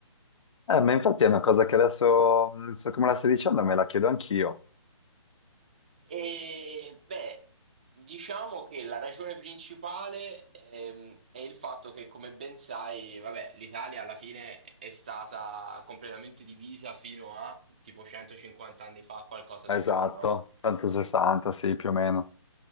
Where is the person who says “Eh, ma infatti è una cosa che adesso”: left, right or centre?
Left